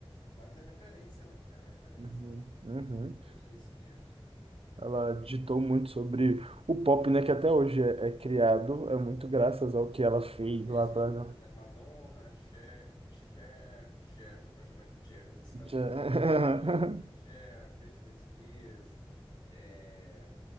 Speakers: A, on the left; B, on the right.
A: Mas é referência, né? Ela é referência.
B: Uhum. Uhum.
A: Britney Spears.
B: Ela ditou muito sobre o pop, né, que até hoje é, é criado, é muito graças ao que ela fez
A: Ma- Tem
B: lá
A: as
B: pra...
A: figuras, né? Madonna, Cher, Cher, Cher, só que eu chamar de Cher, como dos
B: <laughs>
A: cadeira. Madonna, Cher, Britney Spears, é,